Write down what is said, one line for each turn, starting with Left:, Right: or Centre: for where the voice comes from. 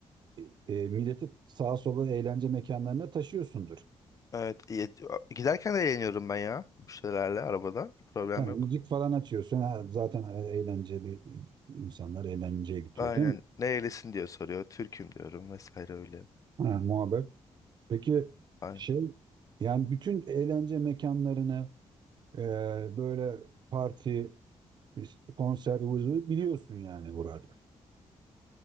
Right: e, e, milleti sağa sola eğlence mekanlarına taşıyorsundur.
Left: Evet. iyi- Giderken de eğleniyorum ben ya. Bu şeylerle arabada. Problem
Right: Tamam,
Left: yok.
Right: müzik falan açıyorsun. Ha, zaten eğlenceli insanlar eğlenceye gidiyor
Left: Aynen.
Right: değil mi?
Left: Nerelisin diye soruyor. Türk'üm diyorum vesaire öyle.
Right: Ha, muhabbet. Peki
Left: Aynen.
Right: şey yani bütün eğlence mekanlarını Ee, böyle parti, işte konser, ıvı zıvı biliyorsun yani buraları.